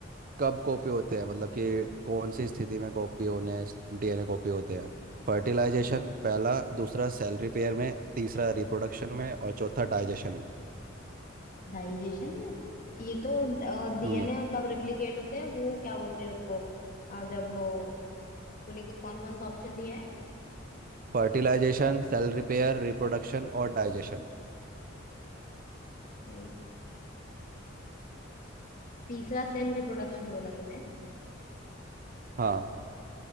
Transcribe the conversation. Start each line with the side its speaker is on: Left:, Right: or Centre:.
Right: कब कॉपी होते हैं मतलब कि कौन सी स्थिति में कॉपी होने डीएनए कॉपी होते हैं फर्टिलाइजेशन पहला दूसरा सेल रिपेयर में तीसरा रिप्रोडक्शन में और चौथा डाइजेशन में
Left: डाइजेशन में ये तो डीएनए
Right: हम्म
Left: कब रेप्लिकेट होते हैं वो क्या बोलते हैं उसको अ, जब वो- तूने कौन कौन सा ऑप्शन दिया है
Right: फर्टिलाइजेशन सेल रिपेयर रिप्रोडक्शन और डाइजेशन
Left: सेल तीसरा सेल रिप्रोडक्शन बोला तूने
Right: हाँ